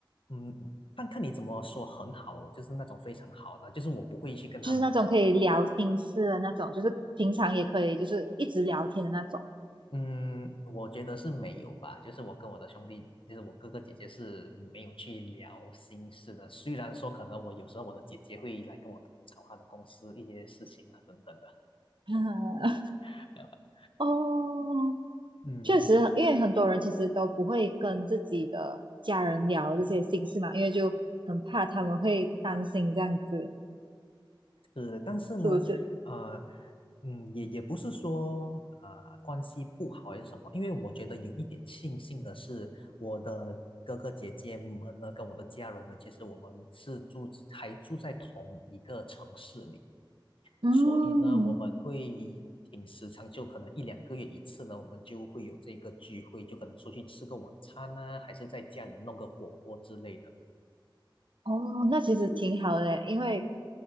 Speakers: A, on the left; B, on the right.
A: 嗯，看看你怎么说很好，就是那种非常好的，就是我不会去跟他们
B: 就是那种可以聊心事的那种，就是平常也可以就是一直聊天的那种。
A: 嗯，我觉得是没有吧。就是我跟我的兄弟，就是我哥哥姐姐是没有去聊心事的。虽然说可能我有时候我的姐姐会来跟我吐槽她的公司一些事情啊等等的
B: <laughs>
A: <laughs>。
B: 哦，
A: 嗯，
B: 确实，因为很多人其实都不会跟自己的家人聊这些心事嘛，因为就很怕他们会担心这样子，
A: 是，但是呢，
B: 是不是？
A: 呃，嗯，也也不是说呃关系不好还是什么，因为我觉得有一点庆幸的是，我的哥哥姐姐们呢，跟我的家人呢，其实我们是住还住在同一个城市里。
B: 嗯，
A: 所以呢，我们会挺时常，就可能一两个月一次呢，我们就会有这个聚会，就可能出去吃个晚餐呢、还是在家里弄个火锅之类的。
B: 哦，那其实挺好的，因为